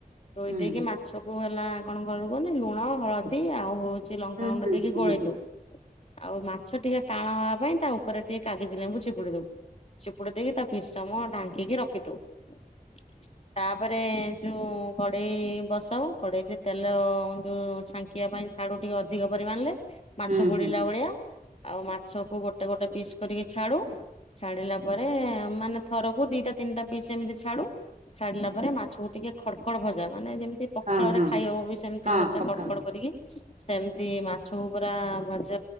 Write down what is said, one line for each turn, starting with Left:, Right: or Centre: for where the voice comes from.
Left: ଧୋଇ
Right: ହୁଁ।
Left: ଦେଇକି ମାଛକୁ ହେଲା କଣ କରିବୁ କୁହନି ଲୁଣ ହଳଦୀ ଆଉ ହଉଛି ଲଙ୍କାଗୁଣ୍ଡ
Right: ହୁଁ ହୁଁ
Left: ଦେଇକି
Right: ହୁଁ
Left: ଗୋଳେଦବୁ। ଆଉ ମାଛ ଟିକେ ଟାଣ ହ ପାଇଁ ତା ଉପରେ ଟିକେ କାଗିଜ ଲେମ୍ଵୁ ଚିପୁଡ଼ି ଦବୁ ଚିପୁଡି ଦେଇକି ତା କିଛି ସମୟ ଢାଙ୍କିକି ରଖିଦବୁ। <inaudible> ତାପରେ ଯୋଉ କଡେଇ ବସାଉ କଡେଇରେ ତେଲ ଯୋଉ ଛାଙ୍କ କିବା ପାଇଁ ଛାଡୁ ଟିକେ ଅଧିକ ପରିମାଣରେ ମାଛ
Right: ହୁଁ
Left: ବୁଡିଲା
Right: ହୁଁ
Left: ଭଳିଆ ଆଉ ମାଛକୁ ଗୋଟେ ଗୋଟେ ଗୋଟେ ପିସ୍ କରିକି ଛାଡୁ। ଛାଡିଲା ପରେ ମାନେ ଥରକୁ ଦିଟା ତିନିଟା ପିସ୍ ଏମିତି ଛାଡୁ। ଛାଡିଲା ପରେ ମାଛକୁ ଟିକେ ଖଡ ଖଡ ଭଜା ଭଜା ମାନେ ଯେମିତି ପଖାଳରେ
Right: ହଁ ହଁ
Left: ଖାଇ ହବ ବି ସେମିତି
Right: ହଁ
Left: ଭଜା
Right: ପଖାଳ
Left: କଡ କଡ କରିକି ସେମିତି ମାଛକୁ ପୁରା ଭାଜି